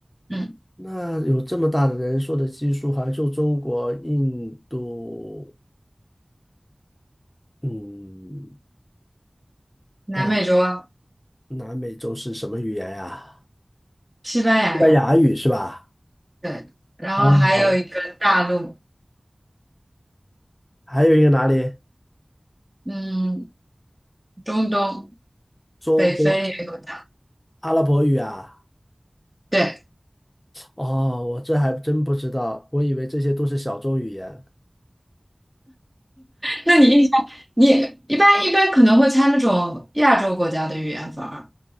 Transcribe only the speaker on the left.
那有这么大的人数的基数，好像就中国、印度，嗯，
呃，南美洲是什么语言呀？
西班牙语是吧？
哦，还有一个哪里？
中东
阿拉伯语啊？
哦，我这还真不知道，我以为这些都是小众语言。